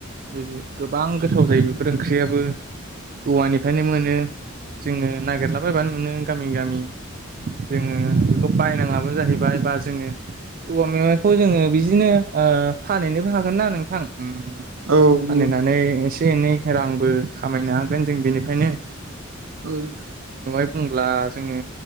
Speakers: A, on the right; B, on the right.
A: बि गोबां गोथाव जायो बेफोर ओंख्रियाबो औवानिफ्रायनो मोनो जोङो नागिरलाबायबानो मोनो गामि गामि जोङो बेखौ बायनाङाबो जाहैबाय बा जोङो औवा मेवाइखौ जोङो बि दिनो ओ फानहैनोबो हागोन ना नोंथां उम
B: औ नंगौ
A: फानहैनानै से एनै रांबो खामायनो हागोन जों बेनिफायनो
B: उम
A: बुंब्ला जोङो